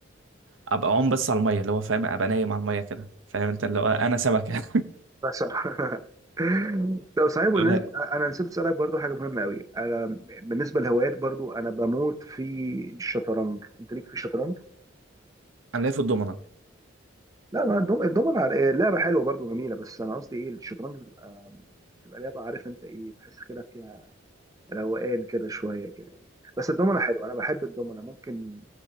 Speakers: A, on the right; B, on the right.
A: ابقى عوم بس على المية اللي هو فاهم ابقى نايم على المية كده فاهم انت اللي هو انا سمكة
B: بس <laughs> طب صحيح بالنسبه
A: <laughs>
B: انا نسيت اسالك برضو حاجه مهمه قوي انا بالنسبه للهوايات برضو انا بموت في الشطرنج انت ليك في الشطرنج
A: انا ليا في الضمنة
B: لا ما الدوم- الدومنة على- إيه، لعبه حلوه برضو جميله بس انا قصدي ايه الشطرنج بتبقى بتبقى لعبه عارف انت ايه تحس كده فيها روقان كده شويه كده يعني بس الدومنة حلوه انا بحب الدومنة ممكن